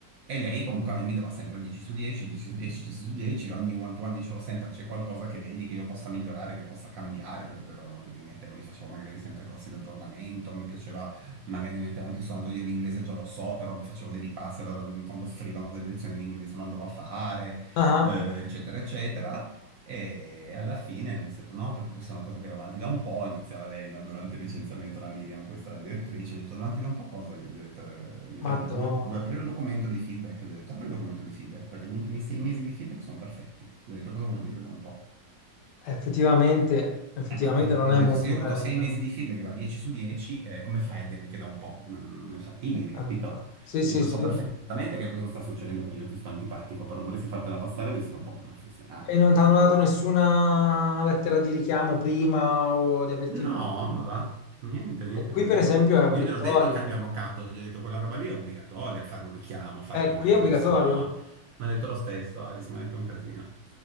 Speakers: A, on the right (about 70°); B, on the left (about 75°).
A: E lei comunque a me mi dava sempre 10 su 10, 10 su 10, 10 su 10, ogni one-to-one dicevo sempre c'è qualcosa che vedi che io possa migliorare, che possa cambiare, perché ero uno che mi mettevo lì, facevo magari sempre corsi di aggiornamento, mi piaceva, magari mi mettevo anche soltanto io l'inglese già lo so, però mi facevo dei ripassi, allora mm, quando offrivano delle lezioni di inglese lo andavo a fare,
B: ah,
A: eh, eccetera, eccetera. E alla fine hanno iniziato, no, perché questa è una cosa che va avanti da un po', iniziava lei no, durante il licenziamento, la Miriam, questa direttrice, ha detto, avanti da un po' cosa? Io gli ho detto, eh, Miriam,
B: madonna,
A: gli ho detto, vuoi, vuoi aprire il documento dei feedback? Gli ho detto, apri il documento dei feedback, perché gli ultimi sei mesi di feedback sono perfetti. Gli ho detto, cosa vuol dire da un po'?
B: effettivamente, effettivamente
A: Eh, eh, eh,
B: non
A: eh,
B: è
A: gli ho
B: molto
A: detto, se io ho
B: carina,
A: avuto sei mesi di feedback da 10 su 10, eh, come fai a dirmi che da un po'? Non, non è fattibile,
B: Esatto.
A: capito?
B: Sì, sì,
A: Gli Ho detto,
B: sì.
A: so perfettamente che questo sta succedendo perché io ti sto antipatico, però dovresti fartela passare ad essere un po' più professionale.
B: E non ti hanno dato nessuna lettera
A: Eh,
B: di richiamo prima o di avvertimento.
A: No, ma va, niente, niente,
B: E qui,
A: niente.
B: per esempio, è obbligatorio.
A: Io gliel'ho detto anche al mio avvocato, gli ho detto quella roba lì è obbligatoria, fare un richiamo, fare
B: Eh,
A: prima
B: qui
A: che
B: è
A: ti
B: obbligatorio.
A: possano... Mi ha detto lo stesso, Aris, mi ha detto è un casino.